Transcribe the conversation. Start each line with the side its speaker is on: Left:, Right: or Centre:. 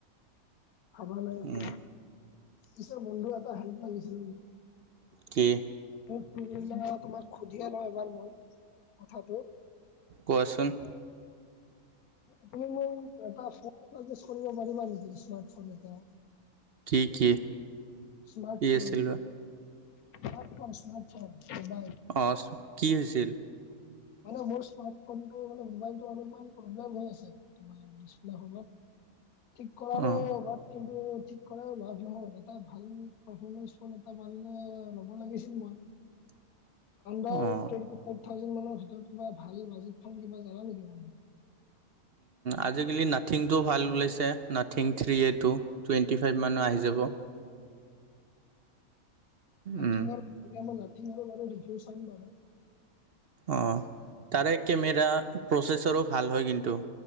Left: ভাবা নাই এতিয়া।
Right: উম,
Left: পিছৰ বন্ধু এটা হেল্প লাগিছিলে মোক।
Right: কি?
Left: <unintelligible> তোমাক সুধিয়ে লওঁ এবাৰ মই কথাটো।
Right: কোৱাচোন।
Left: তুমি মোক এটা ফোন <unintelligible> কৰিব পাৰিবা নেকি, স্মাৰ্ট ফোন এটা।
Right: কি, কি?
Left: স্মাৰ্ট
Right: কি
Left: ফোন,
Right: আছিল বা
Left: smart phone, smart phone, mobile.
Right: অ, কি হৈছিল?
Left: মানে মোৰ স্মাৰ্ট ফোনটো মানে মোবাইলতটো অলপমান প্ৰব্লেম হৈ আছে। তোমাৰ ডিছপ্লে খনত, ঠিক কৰালো
Right: অঁ
Left: এবাৰ। কিন্তু ঠিক কৰাইও লাভ নহ'ল, এটা ভাল পাৰফৰ্মেঞ্চ ফোন এটা মানে ল'ব লাগিছিল মই।
Right: <inaudible>
Left: আন্দাৰ
Right: অ',
Left: টুৱেন্টি ফাইভ থাউজেণ্ড মানৰ ভিতৰত কিবা ভাল বাজেট ফোন কিবা জানা নেকি?
Right: আজিকালি নাথিংটোও ভাল ওলাইছে, nothing three A two. Twenty five মানত আহি যাব।
Left: নথিংঙৰ,
Right: উম,
Left: এতিয়া মই নথিংঙৰ বাৰু ৰিভিউ চাম বাৰু।
Right: অঁ, তাৰে কেমেৰা, প্ৰচেছৰো ভাল হয় কিন্তু